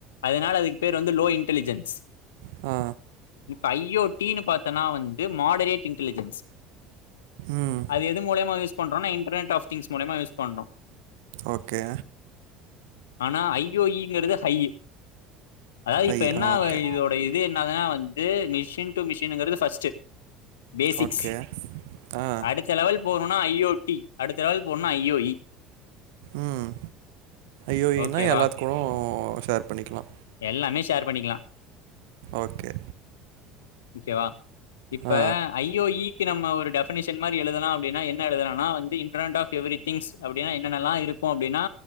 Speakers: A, on the left (about 70°); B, on the right (about 60°).
A: அதனால அதுக்கு பேர் வந்து லோ இன்டெலிஜென்ஸ்
B: ஆ
A: இப்ப ஐ ஓ டினு பாத்தனா வந்து மாடரேட் இன்டலிஜென்ஸ்
B: ம்
A: அது எது மூலியமா யூஸ் பண்ணறோ நா இன்டர்னெட் ஆப் திங்ஸ் மூலியமா யூஸ் பண்றோ
B: ஓகே
A: ஆனா ஐயோயிங்கிறது ஹைய்யி அதாவது இப்ப
B: ஐ
A: என்னா
B: ஆ, ஓகே
A: இதோ ட இது என்னாதுனா வந்து மிஷின் டூ மிஷினுங்கிறது ஃபஸ்ட்டு பேசிக்ஸ்
B: ஓகே ஆ
A: அடுத்த லெவல் போனுனா ஐ ஓ டி அடுத்த லெவல் போனுனா ஐ ஓ இ
B: ம் ஜ ஓ இ
A: ஓகேவா
B: னா எல்லாத்து கூடோ ஷேர் பண்ணிக்கலா
A: எல்லாமே ஷேர் பண்ணிக்கலா
B: ஓகே
A: ஓகேவா இப்ப
B: ஆ
A: ஐ ஓ இ நம்ம ஒரு டெபனிஷன் மாரி எழுதலா அப்டின்னா என்ன எழுதுலானா வந்து இன்டர்நெட் ஆப் எவ்ரிதிங்ஸ் அப்டின்னா என்னென்னல்லா இருக்கு அப்டினா